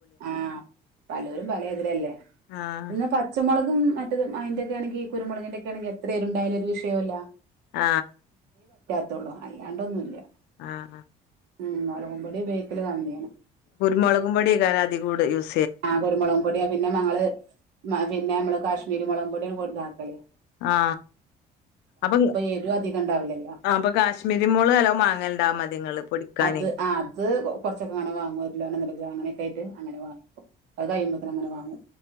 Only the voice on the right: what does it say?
ആ പലോരും പലേതിലല്ലേ
എന്നാ പച്ചമുളകും മറ്റും അതിൻ്റെ ഒക്കെ ആണെങ്കിൽ കുരുമുളകിൻ്റെ ഒക്കെ ആണെങ്കിൽ എത്ര എരുണ്ടായാലും പ്രശ്നം ഇല്ല
<unintelligible> അല്ലാണൊന്നുല്ല്യ
ഉംമുളകും പൊടിഉപയോഗിക്കല് കമ്മിയാണ്
ആ കുരുമുളകും പൊടിയാ പിന്നെ ഞങ്ങള് പിന്നെ നമ്മടെ കാശ്മീരിമുളകും ഇവിടെ കൊടുന്നാക്കല്
എരു അധികം ഉണ്ടാവില്ലല്ലോ
അത് ആ അത് കൊറച്ചൊക്കെ അങ്ങനെ വാങ്ങും ഒരു കിലോ മുളക് അങ്ങനൊക്കെ ആയിട്ട് വാങ്ങും അത് കഴിയുമ്പത്തിനും അങ്ങിനെ വാങ്ങും